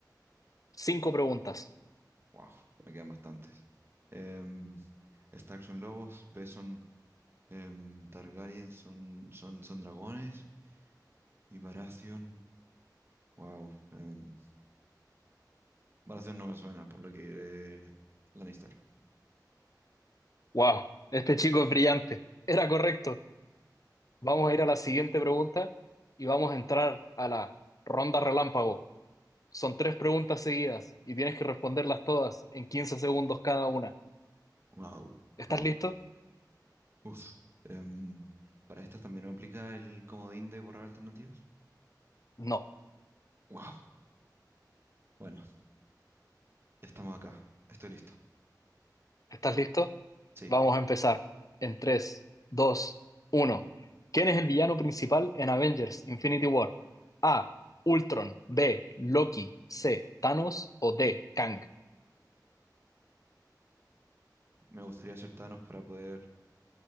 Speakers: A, on the left; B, on the right.
A: cinco preguntas.
B: Wow, me quedan bastantes. Em, Stark son lobos, B son em, Targaryen, son, son, son dragones y Baratheon. Wow. em, Baratheon no me suena, por lo que iré Lannister.
A: ¡Wow! Este chico es brillante. Era correcto. Vamos a ir a la siguiente pregunta y vamos a entrar a la ronda relámpago. Son tres preguntas seguidas y tienes que responderlas todas en 15 segundos cada una.
B: Wow,
A: ¿Estás
B: wow.
A: listo?
B: Uf. Em, para estas también aplica el comodín de borrar alternativas.
A: No.
B: Wow. Bueno, ya estamos acá. Estoy listo.
A: ¿Estás listo?
B: Sí,
A: Vamos a empezar en tres, dos, uno. ¿Quién es el villano principal en Avengers Infinity War? A. Ultron. B. Loki. C. Thanos. O D. Kang.
B: me gustaría acertarnos para poder